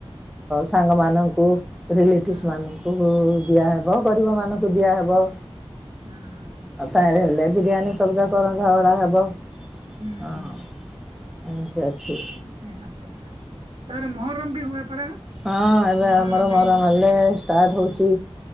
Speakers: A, in the centre; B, on the right (about 70°).
A: ସାଙ୍ଗମାନଙ୍କୁ ରିଲେଟିଭସ୍
B: ହୁଁ।
A: ମାନଙ୍କୁ ଦିଆ ହବ ଗରିବ ମାନଙ୍କୁ ଦିଆହବ।
B: ହଁ।
A: ଆଉ ତାଲେ ହେଲେ ବିରିୟାନୀ ସବୁଯାକ ରନ୍ଧା ଭଡା ହବ।
B: ହୁଁ।
A: ହଁ ଏମିତି ଅଛି।
B: ଆଚ୍ଛା ଆଚ୍ଛା ତାରେ ମହରମ ବି ହୁଏ ପରା?
A: ହଁ ଏବେ
B: ମହରମ
A: ଆମର
B: ବି
A: ମହରମ୍ ହେଲେ ଷ୍ଟାର୍ଟ ହଉଛି